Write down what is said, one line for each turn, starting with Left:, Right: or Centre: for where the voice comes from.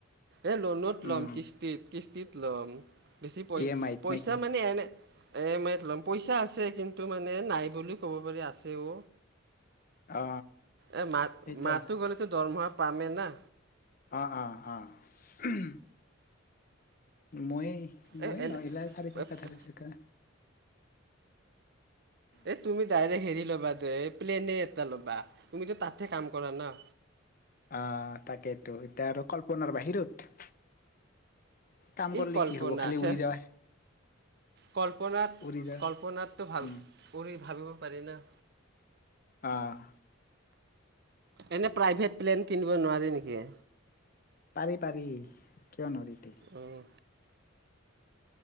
Right: এই লোনত
Left: উম
Right: ল'ম কিস্তিত, কিস্তিত ল'ম। বেছি পই
Left: ই এম আইত
Right: পইচা
Left: নেকি
Right: মানে এনে ই এ মাইত লম, পইচা আছে কিন্তু, মানে নাই বুলিও ক'ব পাৰি, আছেও
Left: অ
Right: এ, মাহ
Left: সেইটাই
Right: মাহটো গ'লেটো দৰমহা পামে না
Left: অঁ অঁ অঁ। <unintelligible> মই
Right: এই
Left: মই
Right: এনে
Left: ন এইবিলাক চাৰে চয়তা চাৰে চকা।
Right: এই তুমি ডাইৰেক্ট হেৰি ল'বা যে এই প্লেনেই এটা ল'বা, তুমিতো তাতহে কাম কৰা ন!
Left: অঁ তাকেইতো এতিয়া আৰু কল্পনাৰ বাহিৰত। কাম
Right: এই
Left: কৰিলে
Right: কল্পনা
Left: কি হব খালি
Right: চে
Left: উৰি যাৱাই।
Right: কল্পনাত
Left: উৰি যা
Right: কল্পনাতো ভাল
Left: উম
Right: কৰি ভাবিব পাৰি না।
Left: অঁহ।
Right: এনে প্ৰাইভেট প্লেন কিনিব নোৱাৰি নেকি?
Left: পাৰি পাৰি কিয় নোৱাৰি এটো।
Right: উম।